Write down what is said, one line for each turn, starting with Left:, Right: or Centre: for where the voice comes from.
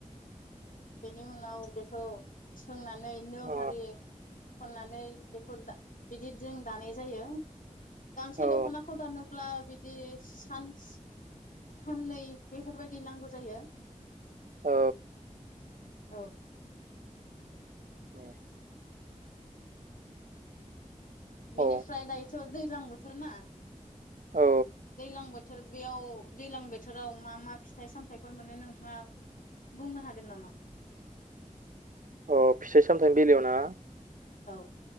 Left: बेनि उनाव बेखौ सोंनानै नो
Right: औ
Left: हारि खननानै बेखौ दा बिदि जों दानाय जायो गांसे
Right: औ
Left: दखनाखौ दानोब्ला बिदि सान्स साननै बेफोरबायदि नांगौ जायो
Right: औ
Left: औ
Right: बाह
Left: बेनिफ्राय
Right: औ
Left: दायोथ दैलां बोथोर ना
Right: औ
Left: दैलां बोथोर बेयाव दैलां बोथोराव मा मा फिथाइ सामथाइफोर मोनो नोंथाङा बुंनो हागोन नामा
Right: अ फिथाइ सामथायनि बेलायावना।
Left: औ